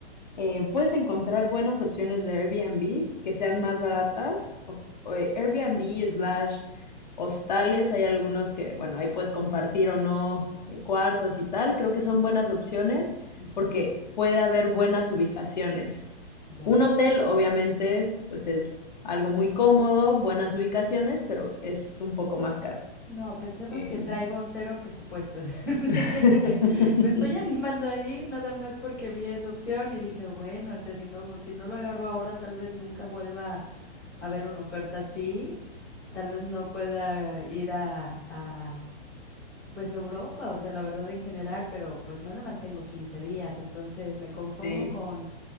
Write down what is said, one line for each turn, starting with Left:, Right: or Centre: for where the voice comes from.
Left: Eh, puedes encontrar buenas opciones de Airbnb que sean más baratas. o- o, eh, Airbnb slash hostales, hay algunos que, bueno, ahí puedes compartir o no eh, cuartos y tal. Creo que son buenas opciones
Right: ujú,
Left: porque puede haber buenas ubicaciones.
Right: Ya.
Left: Un hotel, obviamente, pues es algo muy cómodo, buenas ubicaciones, pero es un poco más caro.
Right: No, pensemos
Left: Em,
Right: que traigo cero presupuesto. <laughs>
Left: <laughs>
Right: Me estoy animando a ir nada más porque vi esa opción y dije, bueno, o sea, si no, si no lo agarro ahora, tal vez nunca vuelva a ver una oferta así, tal vez no pueda ir a, a, pues Europa, o sea, la verdad en general, pero pues nada más tengo 15 días, entonces me conformo
Left: sí.
Right: con,